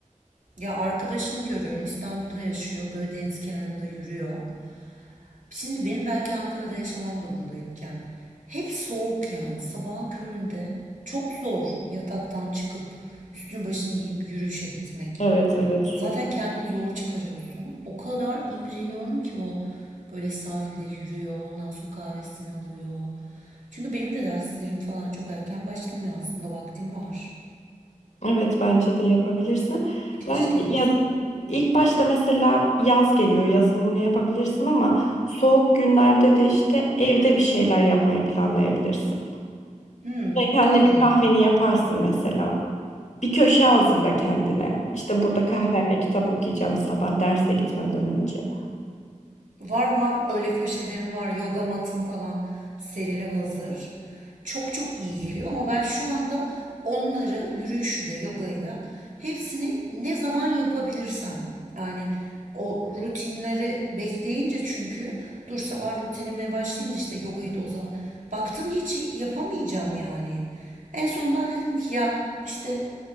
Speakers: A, on the right; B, on the left.
A: Ya arkadaşımı görüyorum, İstanbul'da yaşıyor, böyle deniz kenarında yürüyor. Şimdi benim belki Ankara'da yaşamam da bunda etken. Hep soğuk yani sabahın köründe çok zor yataktan çıkıp üstünü başını giyip yürüyüşe gitmek.
B: Evet evet soğuk.
A: Zaten kendini zor çıkarıyorsun. O kadar imreniyorum ki o böyle sahilde yürüyor, ondan sonra kahvesini alıyor. Çünkü benim de derslerim falan çok erken başlamıyor aslında vaktim var.
B: Evet bence de yapabilirsin.
A: Keşke
B: Belki
A: yapsam.
B: ya ilk başta mesela yaz geliyor. Yazın bunu yapabilirsin ama soğuk günlerde de işte evde bir şeyler yapmayı planlayabilirsin.
A: Hmm,
B: Kendine
A: doğru.
B: bir kahveni yaparsın mesela. Bir köşe hazırla kendine. İşte burada kahvemle kitap okuyacağım sabah derse gitmeden önce.
A: Var var öyle köşelerim var. Yoga matım falan serili hazır. Çok çok iyi geliyor ama ben şu anda onları yürüyüşü de yogayı da hepsini ne zaman yapabilirsem yani o rutinleri bekleyince çünkü dur sabah rutinime başlayayım da işte yogayı da o zaman baktım hiç yapamayacağım yani. En son ben de dedim ki ya işte